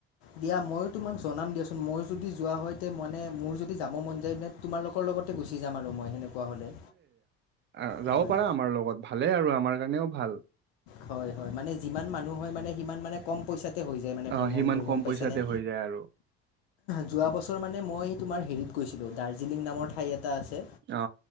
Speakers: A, on the left; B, on the right.
A: দিয়া ময়ো তোমাক জনাম দিয়াচোন মই। যদি যোৱা হয় তে মানে মোৰ যদি যাব মন যে তোমালোকৰ লগতে গুচি যাম আৰু মই সেনেকুৱা হ'লে।
B: আহ যাব
A: হয়
B: পাৰা আমাৰ লগত ভালে আৰু আমাৰ জনিও ভাল।
A: হয় হয় মানে যিমান মানুহ হয় মানে সিমান মানে কম পইচাত। ইয়াতে
B: অ
A: ভ্ৰমণ
B: সিমান
A: বোৰ
B: কম
A: গম পাই
B: পইচাতে
A: নে
B: হৈ যায় আৰু
A: যোৱা বছৰ মানে মই তোমাৰ হেৰিত গৈছিলোঁ দাৰ্জিলিং নামৰ ঠাই এটা আছে
B: অ